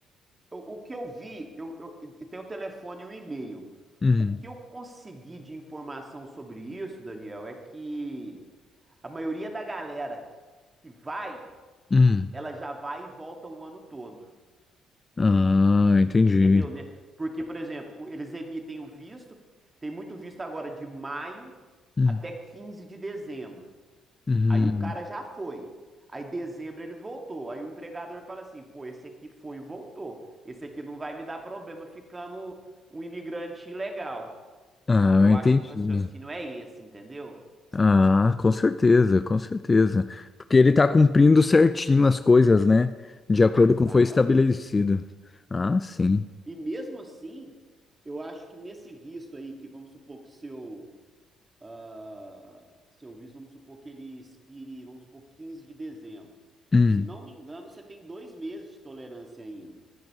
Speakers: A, on the right; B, on the left.
A: O, o que eu vi, eu, eu, e tem o telefone e o e-mail.
B: Uhum,
A: O que eu consegui de informação sobre isso, Daniel, é que a maioria da galera que vai,
B: uhum.
A: ela já vai e volta o ano todo.
B: Ah, entendi.
A: Entendeu? né? Porque, por exemplo, o- eles emitem o visto, tem muito visto agora de maio
B: Uhum,
A: até 15 de dezembro.
B: uhum.
A: Aí o cara já foi. Aí dezembro ele voltou. Aí o empregador fala assim: pô, esse aqui foi e voltou. Esse aqui não vai me dar problema ficando um imigrante ilegal.
B: Ah,
A: Eu
B: entendi.
A: acho que o raciocínio é esse, entendeu?
B: Ah, com certeza, com certeza. Porque ele tá cumprindo certinho as coisas, né? De acordo
A: Exatamente.
B: com o que foi estabelecido. Ah, sim.
A: E mesmo assim, eu acho que nesse visto aí, que vamos supor que seu, ah, seu visto, vamos supor que ele expire, vamos supor, 15 de dezembro.
B: Hum.
A: Se não me engano, você tem dois meses de tolerância ainda.